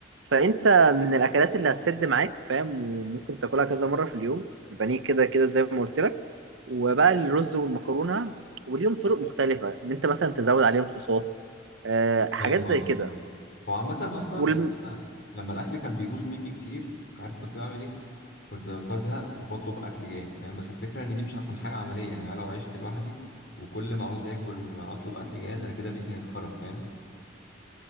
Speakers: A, on the right; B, on the left.
A: فانت من الاكلات اللي هتسد معاك فاهم وممكن تاكلها كذا مره في اليوم البانيه كده كده زي ما قلت لك وبقى الرز والمكرونه وليهم طرق مختلفه ان انت مثلا تزود عليهم صوصات آه حاجات
B: فاهم
A: زي كده
B: قصدك آه. هو عامه اصلا
A: والم...
B: يعني أنا لما الاكل كان بيبوظ مني كتير عارف كنت بعمل ايه كنت بزهق وبطلب اكل جاهز فاهم بس الفكره ان دي مش هتكون حاجه عمليه يعني انا لو عشت لوحدي وكل ما عاوز اكل اطلب اكل جاهز انا كده بيتي هيتخرب فاهم